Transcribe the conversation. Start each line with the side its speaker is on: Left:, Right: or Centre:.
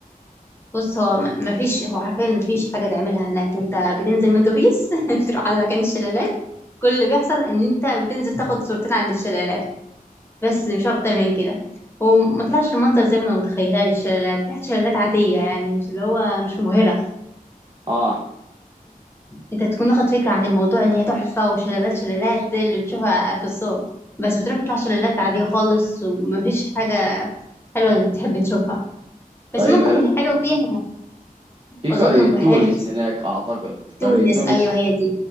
Left: بص هو م- ما فيش هو حرفيا ما فيش حاجة تعملها هناك انت بتنزل من اتوبيس <laughs> تروح على مكان الشلالات كل اللي بيحصل ان انت بتنزل تاخد صورتين على الشلالات بس مش اكتر من كده وما طلعش المنظر زي ما انا متخيلاه للشلالات طلعت شلالات عادية يعني مش اللي هو مش مبهرة
Right: آه
Left: انت تكون واخد فكرة عن الموضوع ان هي تحفة وشلالات شلالات زي اللي بتشوفها في الصور بس بتروح تطلع شلالات عادية خالص ومفيش حاجة حلوة انك تحب تشوفها بس
Right: طيب
Left: ممكن اللي حلو فيها
Right: في
Left: اظن
Right: قرية
Left: بحيرة
Right: تونس هناك أعتقد
Left: تونس
Right: قرية تونس
Left: ايوه هي دي